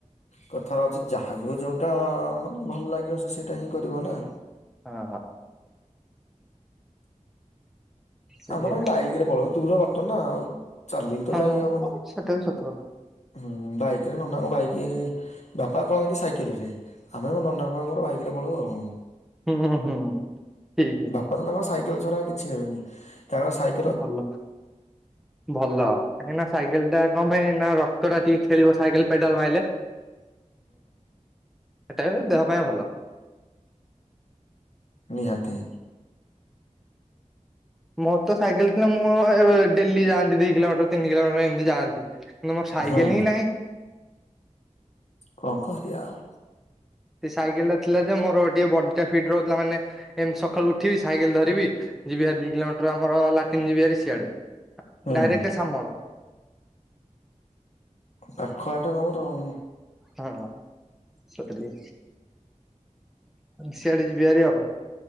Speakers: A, on the left; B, in the centre.
A: କଥାରେ ଅଛି ଯାହାକୁ ଯଉଟା ମାନେ ଭଲ ଲାଗିବ ସେ ସେଇଟା ହିଁ କରିବ ନା।
B: ହଁ। ସେଇଆ
A: ଆମର ବାଇକରେ ପଳଉ ଦୂର ବାଟନା ଆଉ ଚାଲିକି ତ
B: ହଁ
A: ଯାଇ ହବନି।
B: ସେଟା ବି ସତ କଥା।
A: ହୁଁ ବାଇକ ରେ ନନାଙ୍କ ବାଇକ ବାପା ପଳାନ୍ତି ସାଇକେଲରେ। ଆମର ନନାଙ୍କର ମୋର ବାଇକ୍ରେ ପଳଉ ଆଉ।
B: ହୁଁ ହୁଁ ହୁଁ ଠିକ।
A: ବାପା ତାଙ୍କ ସାଇକେଲ ଛଡା ଆଉ କିଛି ନେବେନି ତାଙ୍କର ସାଇକ
B: ଭଲ। ଭଲ କାହିଁକିନା ସାଇକେଲ ଟା କମ୍ପେଇ ନା ରକ୍ତଟା ଟିକେ ଖେଳିବ ସାଇକେଲ ପେଡାଲ ମାଇଲେ।
A: ହୁଁ
B: ହେଟାବି ଦେହ ପାଇଁ ଭଲ।
A: ନିହାତି।
B: ମୋର ତ ସାଇକେଲ ଥିଲେ ମୁଁ ଡେଲି ଯାଆନ୍ତି ଦି କିଲୋମିଟର। ତିନି କିଲୋମିଟର ଏମତି ଜାଆନ୍ତି କିନ୍ତୁ ମୋର ସାଇକେଲ
A: ହୁଁ।
B: ହିଁ ନାହିଁ।
A: କଣ କରିଆ ଆଉ।
B: ସେ ସାଇକେଲ ଟା ଥିଲା ଯେ ମୋର ଟିକେ ବଡିଟା ଫିଟ୍ ରହୁଥିଲା ମାନେ ଏମତି ସକାଳୁ ଉଠିବି ସାଇକେଲ ଧରିବି ଯିବି ହାରି ଦି କିଲୋମିଟର ଆମର ଲାଟିନ୍ ଯିବି ହାରି ସିଆଡେ।
A: ହୁଁ
B: ଡାଇରେକ୍ଟ ସାମଳ।
A: ପାଖ ହେଟା ତମର ଆଉ।
B: ହଁ ସରି ସିଆଡେ ଯିବି ହାରି ଆଉ।